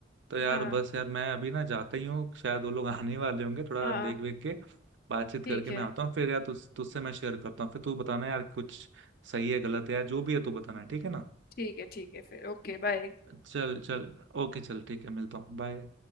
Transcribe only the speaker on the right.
तो यार
बस यार मैं अभी ना जाता ही हूँ शायद वो लोग आने वाले होंगे थोड़ा
देख वेख के बातचीत
करके मैं
आता हूँ फिर यार तुझ तुझसे मैं शेयर करता हूँ फिर तू बताना यार कुछ सही है गलत है यार जो भी है तू बताना ठीक है ना
चल चल ओके चल ठीक है मिलता हूँ बाय